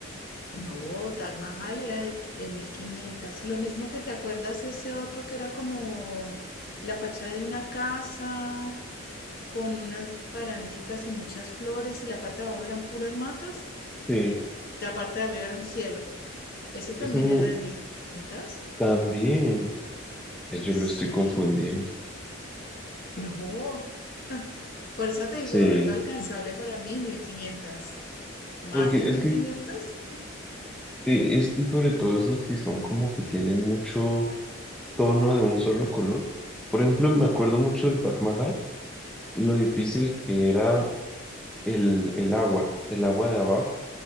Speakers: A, on the left; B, in the centre.
A: No, Taj Mahal era de, de mil 1500. Lo mismo que te acuerdas ese otro que era como la fachada de una casa con unas baranditas y muchas flores y la parte de abajo eran puras matas.
B: Sí,
A: La parte de arriba era un cielo. Ese también
B: eso no,
A: era de 1500.
B: también. Eh, Yo lo
A: Sí,
B: estoy confundiendo.
A: no. <laughs> Por eso te digo,
B: Sí,
A: reto alcanzable para mí, mil quinientas Más
B: porque
A: de mil
B: es que,
A: quinientas
B: eh, es que sobre todo esos que son como que tienen mucho tono de un solo color. Por ejemplo, me acuerdo mucho del Taj Mahal, lo difícil que era el, el agua, el agua de abajo,